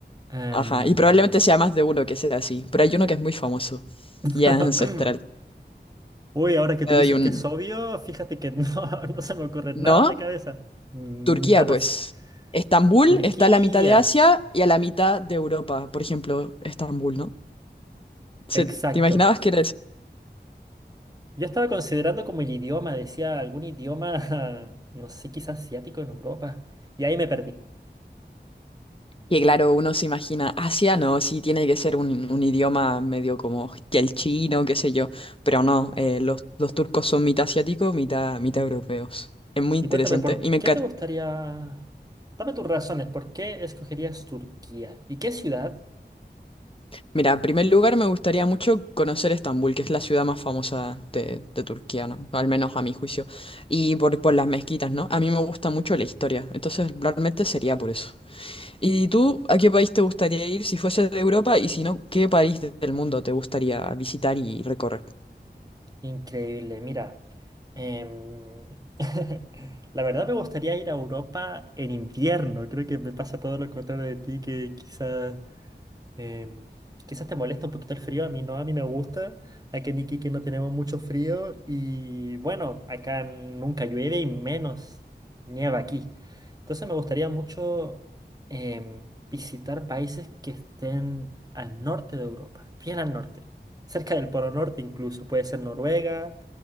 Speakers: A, on the right; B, on the left.
A: Em,
B: Ajá, y probablemente sea más de uno que sea así, pero hay uno que es muy famoso
A: <laughs>
B: y es ancestral.
A: Uy, ahora que
B: Te
A: tú dices
B: doy un...
A: que es obvio, fíjate que no, <laughs> no se me ocurre nada
B: ¿No?
A: en la cabeza. Mm,
B: Turquía,
A: Mitad
B: pues.
A: asi-
B: Estambul
A: Turquía.
B: está a la mitad de Asia y a la mitad de Europa, por ejemplo, Estambul, ¿no? Sí,
A: Exacto.
B: ¿Te imaginabas que era
A: Yo estaba considerando como el idioma, decía algún idioma, <laughs> no sé, quizás asiático en Europa. Y ahí me perdí.
B: Y claro, uno se imagina, Asia no, sí tiene que ser un, un idioma medio como el chino, qué sé yo, pero no, eh, los, los turcos son mitad asiáticos, mitad, mitad europeos. Es muy interesante
A: Y cuéntame, ¿por
B: y me
A: qué
B: encanta.
A: te gustaría... Dame tus razones, ¿por qué escogerías Turquía? ¿Y qué ciudad?
B: Mira, en primer lugar me gustaría mucho conocer Estambul, que es la ciudad más famosa de, de Turquía, ¿no? Al menos a mi juicio. Y por, por las mezquitas, ¿no? A mí me gusta mucho la historia, entonces realmente sería por eso. ¿Y tú a qué país te gustaría ir si fuese de Europa y si no, qué país de- del mundo te gustaría visitar y recorrer?
A: Increíble, mira. em, <laughs> La verdad me gustaría ir a Europa en invierno. Creo que me pasa todo lo contrario de ti, que quizás Em, quizás te molesta un poquito el frío, a mí no, a mí me gusta. Aquí en Iquique no tenemos mucho frío y bueno, acá nunca llueve y menos nieva aquí. Entonces me gustaría mucho em, visitar países que estén al norte de Europa, bien al norte, cerca del Polo Norte incluso, puede ser Noruega,